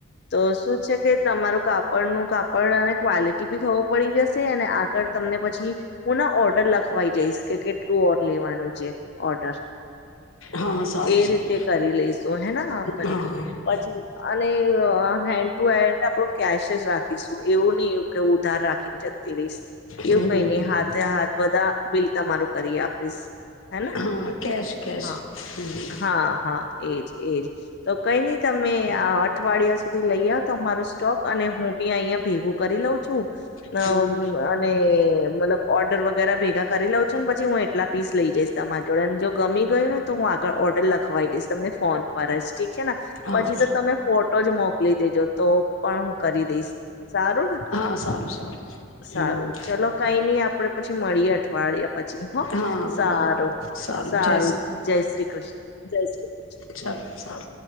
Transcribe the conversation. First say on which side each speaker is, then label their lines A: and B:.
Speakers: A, on the left; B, on the left.
A: તો શું છે કે તમારું કાપડ નું કાપડ અને ક્વલિટી. ી ખબર પડી જશે અને આગળ. તમને પછી હું ના ઓર્ડર લખવાઈ જઈશ કે કેટલું ઓ. લેવાનું છે. ઓડર
B: હા સારું
A: એ
B: સારું
A: રીતે કરી લઈશ. હેના આપડે
B: હા
A: પછી અને હેન્ડ ટુ હેન્ડ. આપડો કેશ જ રાખે. શું એવું નહી. કે ઉધાર રાખીને છે તવીસ.
B: હમ
A: એવું કઈ નહી હાથે હાથ બધા બિલ તમારું. કરી આપીશ. હેને
B: હા કેશ કેશ
A: હા
B: હ.
A: હા હા એજ એજ તો કઈ નની તમે આ અઠવાડિયા સુધી લઈ આવ. તમાર સ્ટોક અને હું બી અહિયાં ભેગું કરી લઉં છું.
B: હમ
A: અ અને મતલબ ઓર્ડર વગેરે ભેગા કરી લઉં છું ને પછી હું. કેટલા પીસ લઈ જઈશ તમા જોડે અને જો ગમી ગયું ને તો હું આગળ ઓર્ડર લખવા દઈશ. તમને ફોન પર જ ઠીક. છે ને
B: હા
A: પછી તો તમે ફોટો જ મોકલી દેજો તો. પણ હું કરી દઈશ. સારું ને
B: હા સારું સારું
A: સારું
B: હમ
A: ચલો કઈ નહી આપ. આપડે પછી મળીએ અઠવાડિયે. પછી હ
B: હા
A: સારું સારું
B: જય
A: જય શ્રી કૃષ્ણ જય શ્રીષ્ણ.
B: અચ્છા ચા.